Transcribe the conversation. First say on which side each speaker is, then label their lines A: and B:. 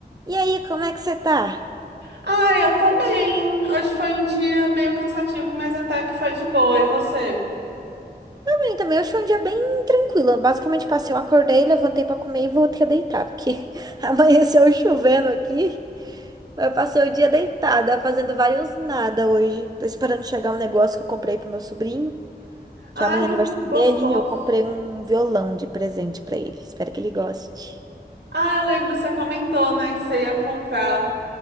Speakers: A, on the right (about 25°); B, on the right (about 80°).
A: E aí, como é que você tá?
B: Ah, eu tô bem. Hoje foi um dia meio cansativo, mas até que foi de boa. E você?
A: Tô bem também, hoje foi um dia bem tranquilo. Eu Basicamente passei, eu acordei, levantei pra comer e voltei a deitar, porque <laughs> amanheceu chovendo aqui. Eu passei o dia deitada, fazendo vários nada hoje. Tô esperando chegar um negócio que eu comprei pro meu sobrinho,
B: Ai,
A: que é amanhã é aniversário
B: que gostoso.
A: dele. Eu comprei um violão de presente pra ele. Espero que ele goste.
B: Ah, eu lembro, você comentou, né, que você ia comprar.